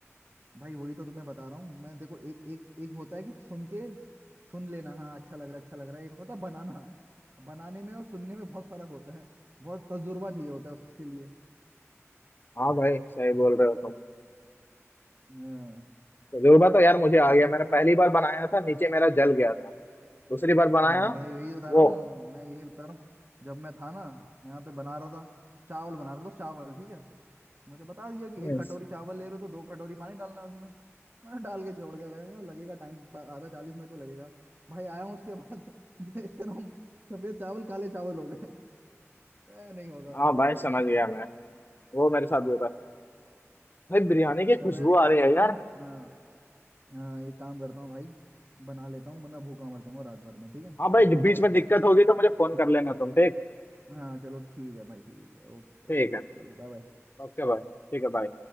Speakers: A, on the right; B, on the left.
A: भाई वही तो तुम्हें बता रहा हूँ मैं देखो एक एक एक होता है कि सुन के सुन लेना हाँ अच्छा लग रहा है अच्छा लग रहा है एक होता है बनाना बनाने में और सुनने में बहुत फर्क होता है बहुत तजुर्बा चाहिए होता है उसके लिए
B: हाँ भाई सही बोल रहे हो तुम
A: हाँ,
B: तजुर्बा तो यार मुझे आ
A: पिछली
B: गया मैंने
A: बार मैं
B: पहली बार बनाया था नीचे मेरा जल गया था दूसरी बार बनाया
A: हाँ मैं यही बता
B: वो
A: रहा हूँ मैं यही बता रहा हूँ जब मैं था ना यहाँ पे बना रहा था चावल बना रहा था बस चावल ठीक है मुझे बता दिया कि
B: हम्म,
A: एक कटोरी चावल ले रहे हो तो दो कटोरी पानी डालना है उसमें मैंने डाल के छोड़ के रहेगा लगेगा टाइम आधा चालीस मिनट तो लगेगा भाई आया हूँ उसके बाद <laughs> देख रहा हूँ सफेद चावल काले चावल हो गए ए, नहीं होगा
B: हाँ
A: मेरे
B: भाई
A: से कुकिंग
B: समझ गया मैं वो मेरे साथ हुआ था भाई बिरयानी की
A: चलो
B: खुशबू
A: यार एक
B: आ
A: काम
B: रही
A: करता
B: है यार
A: हूँ हाँ हाँ एक काम करता हूँ भाई बना लेता हूँ वरना भूखा मर जाऊंगा रात भर में ठीक है
B: हाँ भाई
A: करता हूँ
B: बीच
A: बाद
B: में
A: में
B: दिक्कत होगी तो मुझे फोन कर लेना तुम ठीक
A: हाँ चलो ठीक है भाई ठीक है ओके
B: ठीक
A: भाई
B: है
A: चलो बाय बाय
B: ओके भाई ठीक है भाई